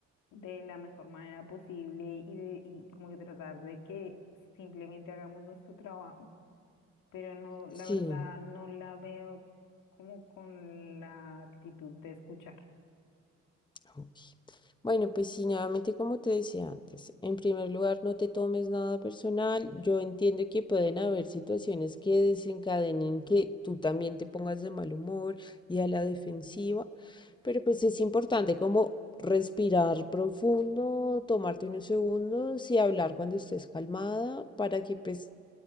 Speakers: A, on the left; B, on the left.
A: de la mejor manera posible y, de, y como que tratar de que simplemente hagamos nuestro trabajo, pero no, la
B: Sí.
A: verdad, no la veo como con la actitud de escuchar.
B: Ok. Bueno, pues sí, nuevamente como te decía antes, en primer lugar, no te tomes nada personal. Yo entiendo que pueden haber situaciones que desencadenen que tú también te pongas de mal humor y a la defensiva, pero pues es importante como respirar profundo, tomarte unos segundos y hablar cuando estés calmada para que pues